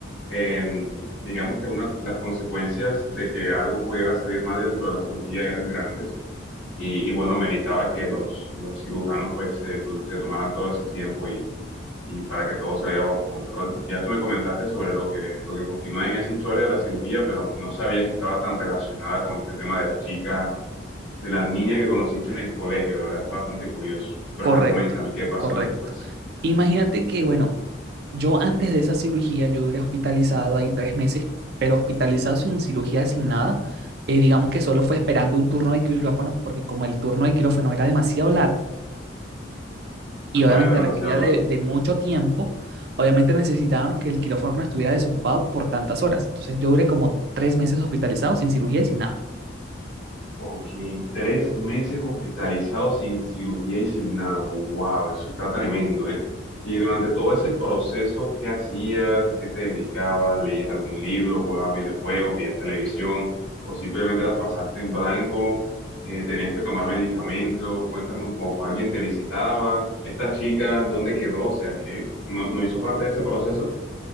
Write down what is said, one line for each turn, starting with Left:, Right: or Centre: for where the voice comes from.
Left: eh, digamos que una, las consecuencias de que algo pudiera salir mal dentro de la cirugía eran grandes y, y bueno, meritaba que los, los cirujanos pues se, tu- se tomaran todo ese tiempo y, y para que todo saliera bajo control. Ya tú me comentaste sobre lo que, lo que continúa en esa historia de la cirugía, pero no sabía que estaba tan relacionada con este tema de la chica de la niña que conociste en el colegio. La verdad está bastante curioso. Pero
Right: Correcto,
Left: ajá, coméntame qué pasó
Right: correcto.
Left: después.
Right: Imagínate que, bueno, yo antes de esa cirugía, yo duré hospitalizado ahí tres meses, pero hospitalizado sin cirugía, sin nada. Eh, digamos que solo fue esperando un turno de quirófano, porque como el turno de quirófano era demasiado largo y
Left: Ajá,
Right: obviamente
Left: era demasiado
Right: requería
Left: largo.
Right: de, de mucho tiempo, obviamente necesitábamos que el quirófano estuviera desocupado por tantas horas. Entonces yo duré como tres meses hospitalizado sin cirugía y sin nada.
Left: Ok, tres meses hospitalizado sin cirugía y sin nada. Wow, eso está tremendo, ¿eh? Y durante todo ese proceso, ¿qué hacías? ¿A qué te dedicabas? ¿Leías algún libro? ¿Jugabas videojuegos? ¿Veías televisión? ¿O simplemente las pasaste en blanco? Eh, ¿tenías que tomar medicamento? Cuéntame un poco. ¿Alguien te visitaba? ¿Esta chica dónde quedó? O sea, que no, no hizo parte de ese proceso.